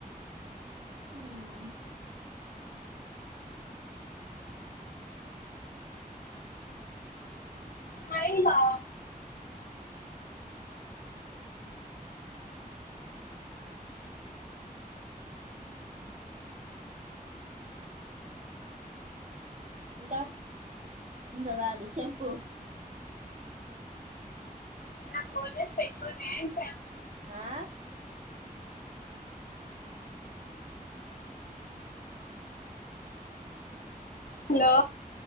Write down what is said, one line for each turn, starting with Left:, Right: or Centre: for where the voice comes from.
Right: హమ్
Left: హయివా
Right: ఇంకా ఇంకా కాదు చెప్పు
Left: <unintelligible> <unintelligible>
Right: ఆ
Left: హలో